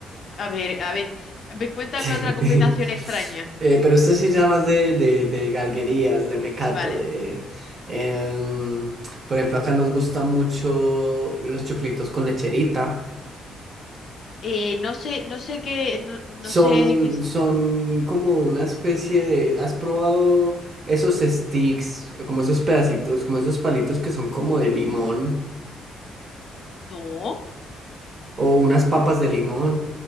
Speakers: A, on the left (about 55°); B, on the right (about 40°).
A: A ver, a ver. A ver, Cuéntame
B: <laughs>
A: otra combinación extraña.
B: Eh, pero esto sí es ya más de, de, de galguerías, de mecato,
A: Vale.
B: de... em, por ejemplo, acá nos gustan mucho los choclitos con lecherita.
A: Eh, no sé, no sé qué, no, no
B: Son,
A: sé qué es.
B: son como una especie de... ¿Has probado esos sticks, como esos pedacitos, como esos palitos que son como de limón?
A: No.
B: O unas papas de limón.